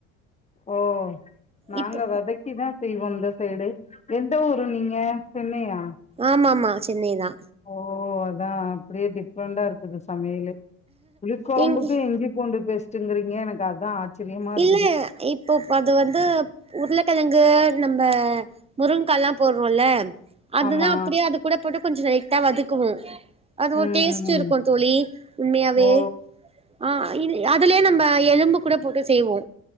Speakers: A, on the left; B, on the right.
A: ஓ நாங்க
B: இப்போ
A: வதைக் கிதா செய்வோ இந்த சைடு எந்த ஊரு நீங்க சென்னையா
B: ஆமா ஆமா சென்னைதா
A: ஓ அதா அப்டியே டிஃப்ரண்டா இருக்குது சமையலு புளிக்கொழம்புக்கு
B: இங்
A: இஞ்சி பூண்டு பேஸ்ட்டுங்கிறீங்க எனக்கு அதா ஆச்சரியமா இருக்குது
B: இல்ல இப்போப் அது வந்து உருளக்கெழங்கு நம்ப முருங்கால்லா போட்றோல்ல அதுதா
A: ஆமா
B: அப்டியே அது கூட போட்டு கொஞ்ச லைட்டா வதக்குவோ அது
A: ம்
B: ஒரு டேஸ்ட்
A: ம்
B: இருக்கு தோழி உண்மையாவே
A: ஓ
B: ஆ இல் அதுலயே நம்ப எலும்பு கூட போட்டு செய்வோ